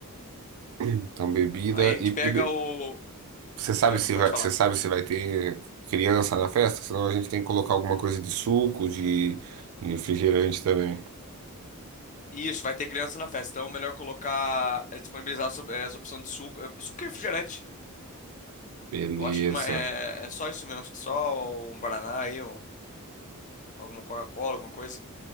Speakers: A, on the right; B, on the left.
A: Então, bebida
B: Aí a gente
A: e,
B: pega o.
A: Você sabe
B: é,
A: se
B: pode
A: vai,
B: falar.
A: você sabe se vai ter criança na festa? Senão a gente tem que colocar alguma coisa de suco, de de refrigerante também.
B: Isso, vai ter criança na festa, então é melhor colocar, é, disponibilizar sob- é, essa opção de suco, é, suco e refrigerante.
A: Beleza.
B: Eu acho que ma- é, é só isso mesmo, acho que só um Guaraná aí, um- alguma Coca-Cola, alguma coisa.